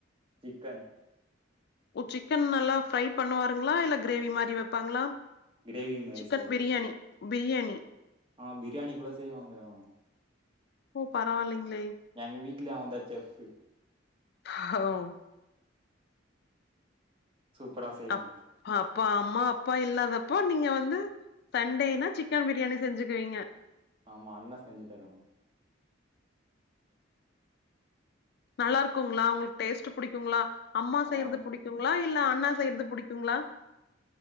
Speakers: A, on the right (about 25°); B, on the left (about 55°).
A: சிக்கன்
B: ஓ சிக்கன் நல்லா ஃப்ரை பண்ணுவாருங்ளா இல்ல கிரேவி மாறி வெப்பாங்ளா
A: கிரேவி மாரி
B: சிக்கன்
A: செய்யு
B: பிரியாணி பிரியாணி
A: ஆ பிரியாணி கூட செய்வாங்க அவ
B: ஓ பரவால்லைங்ளே
A: எங்க வீட்லயே அவந்தா செஃப்
B: அ ஓ
A: சூப்பரா செய்வா
B: அப் அப்பா அம்மா அப்பா இல்லாதப்போ நீங்க வந்து சண்டேன்னா சிக்கன் பிரியாணி செஞ்சுக்குவீங்க
A: ஆமா அண்ணே செஞ்சு தருவா
B: நல்லா இருக்குங்ளா உங்களுக்கு டேஸ்ட்டு புடிக்குங்ளா அம்மா செய்யறது
A: ஆ
B: புடிக்குங்ளா இல்ல அண்ணா செய்யறது புடிக்குங்ளா